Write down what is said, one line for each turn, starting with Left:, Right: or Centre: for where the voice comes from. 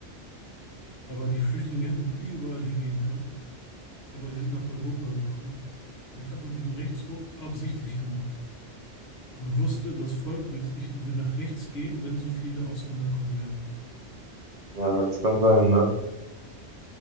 Left: aber die Flüchtlinge hätten überall hingehen können, aber sie sind nach Europa gekommen. Vielleicht hat man diesen Rechtsruck absichtlich gemacht. Man wusste, das Volk wird nicht, wird nach rechts gehen, wenn so viele Ausländer kommen werden.
Right: Ja, das kann sein, ne?